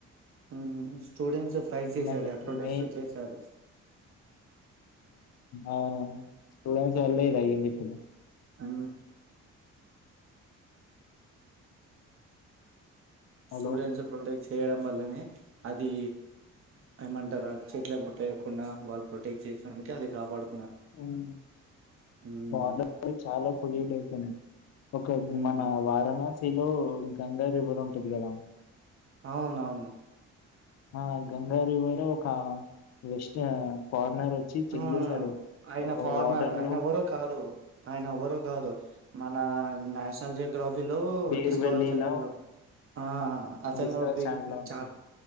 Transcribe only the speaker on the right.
హు స్టూడెంట్స్ఫ ఫైట్ చేసగా
ప్రొటస్ట్
చేసారు
హు
స్టూడెంట్స్ ప్రొటెక్ చ్ చేయడం వల్లనే అది ఏమంటారు చెట్లును కొట్టె కుండా వాళ్ళు ప్రొటెక్ట్ చేసినందుకే అది కాపాడు
మ్మ్
మ్మ్
అవునవును
ఆ
ఆయన ఫారినర్
ఆయన
ఎవ్వరో కాదు ఆయన ఎవ్వరో కాదు మ నా నషనల్ జ జోగ్రఫీలో
డిస్కవర్
ఛానల్లో ఆ అతను
బిగ్
చాప్